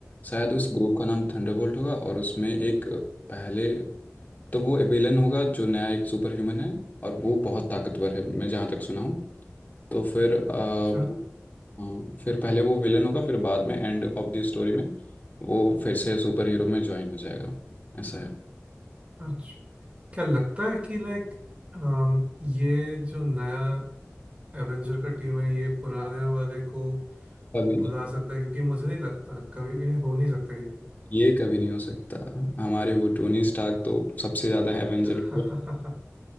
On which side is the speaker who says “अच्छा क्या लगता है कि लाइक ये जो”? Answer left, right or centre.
Right